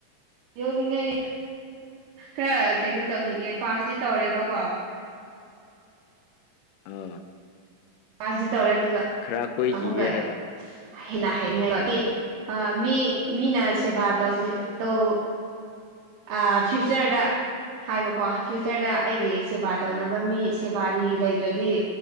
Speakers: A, on the right; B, on the left.
A: ꯌꯧꯅꯤꯡꯉꯥꯏ ꯈꯔ ꯀꯩꯅꯣ ꯇꯧꯈꯤꯒꯦ ꯄꯥꯁꯇꯤ ꯇꯧꯔꯦꯕꯀꯣ
B: ꯑꯑ
A: ꯄꯥꯁꯗꯤ ꯇꯧꯔꯦ ꯑꯗꯨꯒ
B: ꯈꯔ ꯀꯣꯏꯈꯤꯒꯦ
A: ꯑꯃꯨꯛꯀ
B: ꯍꯥꯏꯕ
A: ꯍꯦꯟꯅ ꯍꯥꯏꯅꯤꯡꯉꯥꯏꯀꯣ ꯑꯦ ꯃꯤ ꯃꯤꯅ ꯁꯦꯕꯥ ꯇꯧꯅꯤꯡ ꯇꯧ ꯑ ꯐ꯭ꯌꯨꯆꯔꯗ ꯍꯥꯏꯕꯀꯣ ꯐ꯭ꯌꯨꯆꯔꯗ ꯑꯩꯒꯤ ꯁꯦꯕꯥ ꯇꯧꯅꯕ
B: ꯑꯥ
A: ꯃꯤ ꯁꯦꯕꯥꯔꯤ
B: ꯑꯥ
A: ꯂꯩꯇ꯭ꯔꯗꯤ